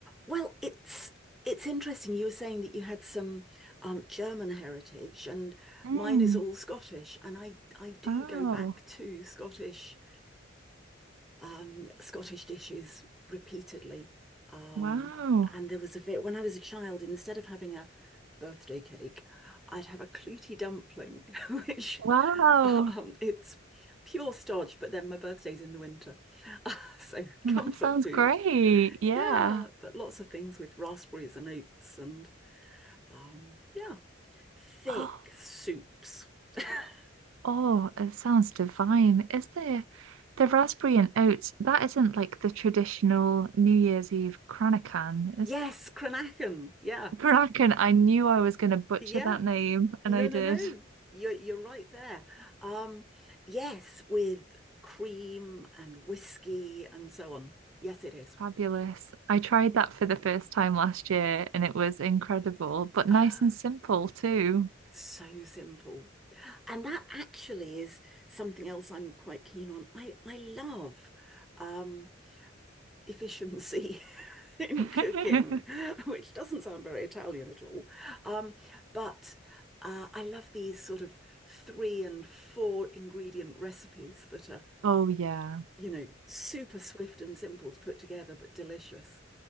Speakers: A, in the centre; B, on the right.
A: well, it's it's interesting. You were saying that you had some um, German heritage, and
B: <laughs> Mm.
A: mine is all Scottish, and I I do
B: oh
A: go back to Scottish um, Scottish dishes repeatedly. Um,
B: wow
A: and there was a bit when I was a child, instead of having a birthday cake, I'd have a clootie dumpling, <laughs> which
B: Wow,
A: um, it's pure stodge, but then my birthday's in the winter. <laughs> So comfort
B: Mm, that sounds
A: food.
B: great. Yeah.
A: Yeah, but lots of things with raspberries and oats and um, yeah, thick
B: <gasps>
A: soups. <laughs>
B: Oh, oh, it sounds divine. Is there the raspberry and oats? That isn't like the traditional New Year's Eve Kranakan, is
A: Yes, Cranachan. Yeah,
B: it? Kranakan, I knew I was going to butcher
A: yeah.
B: that name,
A: No,
B: and I did.
A: no, no. You're you're right there. Um, yes, with cream and whiskey and so on. Yes, it is.
B: Fabulous. I tried that for the first time last year, and it was incredible, but nice
A: Oh,
B: and simple too.
A: so simple. And that actually is something else I'm quite keen on. I I love um, efficiency <laughs> in
B: <laughs>
A: cooking, which doesn't sound very Italian at all. Um, but uh, I love these sort of three and four ingredient recipes that are
B: Oh, yeah.
A: you know, super swift and simple to put together, but delicious.